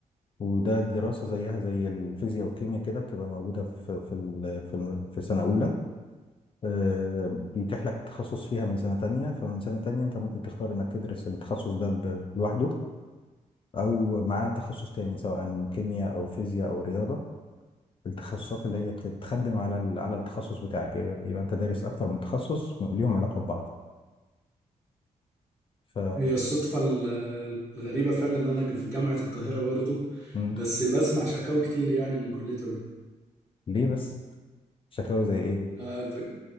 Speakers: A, on the left (about 40°); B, on the right (about 20°).
A: وده دراسة زيها زي الفيزياء والكيمياء كده بتبقى موجودة في في ال... في, ال... في سنة أولى آه، بيتيح لك التخصص فيها من سنة تانية فمن سنة تانية انت ممكن تختار انك تدرس التخصص ده ب- لوحده او مع تخصص تاني سواء كيمياء او فيزياء او رياضة التخصصات اللي هي تتخدم على ال- على التخصص بتاعك يبقى يبقى انت دارس اكتر من تخصص ليهم علاقة ببعض ف
B: هي الصدفة ال- الغريبة فعلا ان انا في جامعة القاهرة برضه
A: مم.
B: بس بسمع شكاوى كتير يعني من كلية
A: ليه بس شكاوى زي ايه
B: علوم